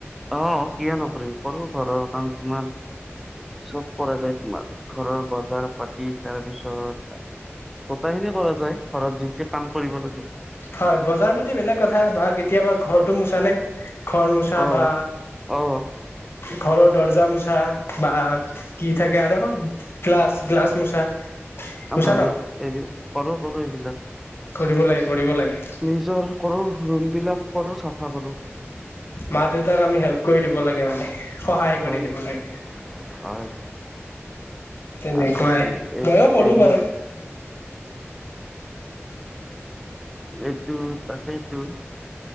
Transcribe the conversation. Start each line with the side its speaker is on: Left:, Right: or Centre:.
Centre: অ', কিয় নকৰিম, কৰোঁ ঘৰৰ কাম তোমাৰ চব কৰা যায় তোমাৰ ঘৰৰ বজাৰ পাতি তাৰপিছত গোটেইখিনি কৰা যায় ঘৰত যি, যি কাম কৰিব লাগে।
Left: হয়, বজাৰ প্ৰতি বেলেগ কথা বা কেতিয়াবা ঘৰটো মোছা নে ঘৰ মোচা
Centre: অ',
Left: বা
Centre: অ'।
Left: ঘৰৰ দৰ্জা মোচা বা কি থাকে আৰু গ্লাছ, গ্লাছ মোচা? মোচা
Centre: হয়,
Left: ন
Centre: এইবিলাক কৰোঁ, কৰোঁ এইবিলাক।
Left: কৰিব লাগে, কৰিব লাগে।
Centre: নিজৰ কৰোঁ ৰুমবিলাক কৰোঁ চাফা কৰোঁ।
Left: মা দেউতাক আমি হেল্প কৰি দিব লাগে মানে। সহায়
Centre: হয়
Left: কৰি দিব
Centre: হয়
Left: লাগে।
Centre: হয়
Left: তেনেকুৱাই,
Centre: তাকেইতো এই
Left: মইও কৰোঁ
Centre: এইবিলাক
Left: বাৰু।
Centre: এইটো তাকেইটো।